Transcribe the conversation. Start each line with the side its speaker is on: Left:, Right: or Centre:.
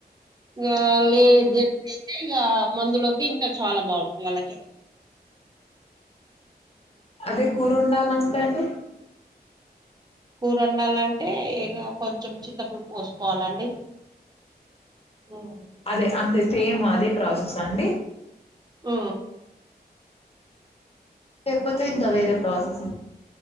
Right: ఇ లే జం అయితే ఇ మందులోకి ఇంకా చాలా బాగుంటుంది తళకి <inaudible>
Left: అదే కూరుండాల ఉంటాండి
Right: కూరండాలంటే ఇక కొంచెం చింతపుడు పోసుకోవాలండి ఉమ్
Left: అదే అంతే సేమ్ అదే ప్రాసెస్సా అండి
Right: ఆ
Left: లేకపోతే ఇంకా వేరే ప్రాసెస్